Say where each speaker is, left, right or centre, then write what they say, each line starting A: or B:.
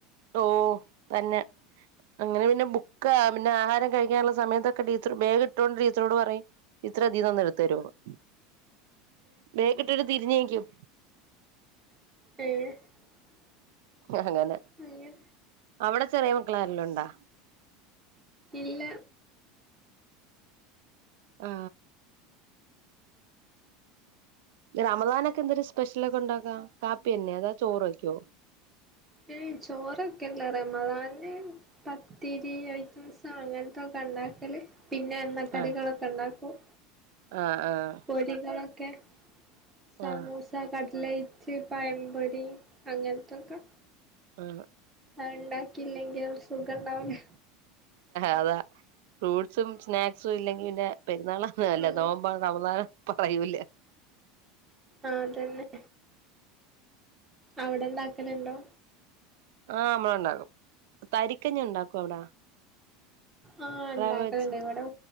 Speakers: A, on the right; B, on the right.
A: ഓ തന്നെ അങ്ങനെ പിന്നെ ബുക്ക് പിന്നെ ആഹാരം കഴിക്കാനുള്ള സമയത്തൊക്കെ ടീച്ചറ് ബാഗ് ഇട്ടോണ്ട് ടീച്ചറോട് പറയും - ടീച്ചറെ അതിന്നോന്ന് എടുത്തു തരുവോന്ന് ബേഗ്‌യിട്ടിട്ട് തിരിഞ്ഞ് നിക്കും
B: <unintelligible>
A: ആ അങ്ങനെ
B: അങ്ങനെ
A: അവിടെ ചെറിയ മക്കളാരെലും ഉണ്ടോ
B: ഇല്ല
A: ആ.. റമതാനൊക്കെ എന്തൊരു സ്പെഷ്യലൊക്കെണ്ടാക്കാ കാപ്പി തന്നെയോ അതോ ചോറ് വെക്കുവോ
B: എയ്‌ ചോറ് വെക്കില്ല റമദാനിന് പത്തിരി ഐറ്റംസ് അങ്ങനെ തോക്കെണ്ടാക്കല് പിന്നെ എണ്ണ കടികളൊക്കെണ്ടാക്കും
A: ആഹ് ആഹ് ആഹ്
B: പൊരികളൊക്കെ- സമൂസ
A: ആഹ്
B: കട് ലൈറ്റ് പഴം പൊരി അങ്ങൻത്തൊക്കെ
A: ആ
B: അത് ഇണ്ടാക്കീല്ലെ ങ്കിൽ ഒരു സുഖെണ്ടാവൂല
A: അതാ. ഫ്രൂട്സും സ്നാക്സും ഇല്ലെങ്കി പിന്നെ പെരുന്നാള <unintelligible>
B: ഉം ആഹ്
A: നോമ്പതു നടന്നാലോ അപ്പ കഴിയൂലെ
B: ആ അതെന്നെ അവിടെണ്ടാക്കലിണ്ടോ?
A: ആ അമ്മള് എണ്ടാക്കും. തരിക്കഞ്ഞി ഉണ്ടാക്കോ അവിടാ?
B: ആ എണ്ടാക്കലിണ്ട്.
A: റവ വെച്ച്
B: ഇവിടു